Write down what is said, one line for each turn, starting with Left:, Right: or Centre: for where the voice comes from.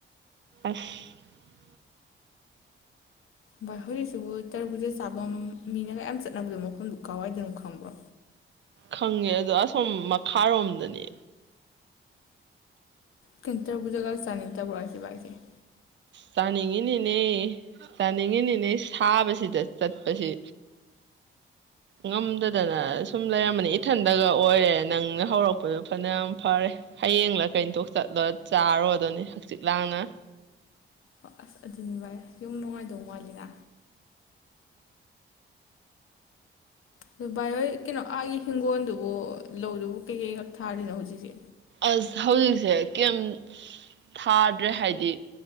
Right: <unintelligible>
Left: <unintelligible> ꯁꯤꯕꯨ ꯇꯔꯕꯨꯨꯖ ꯆꯥꯐꯝ ꯃꯤꯅꯒ ꯌꯥꯝ ꯆꯠꯅꯕꯗꯣ ꯃꯐꯝꯗꯨ ꯀꯥꯎꯏꯗꯅꯣ ꯈꯪꯕ꯭ꯔꯣ
Right: ꯈꯪꯉꯦ ꯑꯗꯣ ꯑꯁꯣꯝ ꯃꯈꯥꯔꯣꯝꯗꯅꯦ
Left: ꯀꯇꯔꯕꯨꯖꯒ ꯆꯥꯅꯤꯇꯕꯔꯣ <unintelligible>
Right: ꯆꯥꯅꯤꯡꯉꯤꯅꯤꯅꯦ ꯆꯥꯅꯤꯡꯉꯤꯅꯤꯅꯦ ꯁꯥꯕꯁꯤꯗ ꯆꯥꯏ ꯑꯁꯤ ꯉꯝꯗꯗꯅ ꯁꯨꯝ ꯂꯩꯔꯝꯕꯅꯤ ꯏꯊꯟꯗꯒ ꯑꯣꯏꯔꯦ ꯅꯪꯅ ꯍꯧꯔꯛꯄꯗꯣ ꯐꯅ ꯌꯥꯝ ꯐꯔꯦ ꯍꯌꯦꯡꯂ ꯀꯩꯅꯇꯣꯛ ꯆꯠꯂ ꯆꯥꯔꯣꯗꯣꯅꯤ ꯍꯛꯆꯤꯛ ꯂꯥꯡꯅ
Left: ꯑꯣ ꯑꯁ ꯑꯗꯨꯅꯤ ꯚꯥꯏ ꯌꯨꯝ ꯅꯨꯡꯉꯥꯏꯗꯧꯉꯂꯤꯅ ꯑꯗꯨ ꯚꯥꯏ ꯍꯣꯏ ꯀꯩꯅꯣ ꯑꯥꯒꯤ ꯍꯤꯡꯒꯣꯜꯗꯨꯕꯨ ꯂꯧꯗꯨꯕꯨ ꯀꯩꯀꯩ ꯀꯛ ꯊꯥꯔꯤꯅꯣ ꯍꯧꯖꯤꯛꯁꯦ
Right: ꯑꯁ ꯍꯧꯖꯤꯛꯁꯦ ꯀꯦꯝ ꯊꯥꯗ꯭ꯔꯦ ꯍꯥꯏꯗꯤ